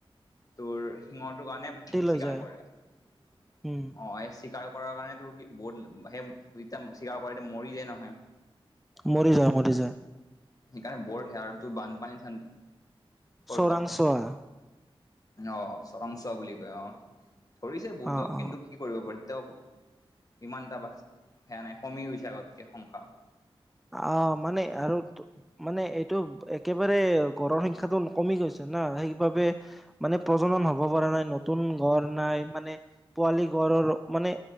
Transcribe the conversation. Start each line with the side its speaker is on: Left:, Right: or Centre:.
Left: তোৰ শিঙৰ টোৰ কাৰণে
Centre: লৈ
Left: চিকাৰ
Centre: যায়
Left: কৰে অ
Centre: উম
Left: এই চিকাৰ কৰাৰ কাৰণে তোৰ কি ব সেইয়া তিতাম চিকাৰ কৰে মৰি যায় নহয়
Centre: মৰি যায় মৰি যায়
Left: সেইকাৰণে বৰ সোৰতো বানপানী চান কৈ
Centre: চৰাংচোৱা
Left: ক অ চৰংচোৱা বুলি কয় অ ধৰিছে বহুতক
Centre: অ অ
Left: কিন্তু কি কৰিব পাৰি তেওঁ ইমান এটা বা সেয়া নাই কমি গৈছে আগতকে সংখ্যা
Centre: অ মানে আৰু তো মানে এইটো একেবাৰে গঁড়ৰ সংখ্যাটো কমি গৈছে না সেইবাবে মানে প্ৰজনন হ'ব পৰা নাই নতুন গড় নাই মানে পোৱালি গড়ৰ মানে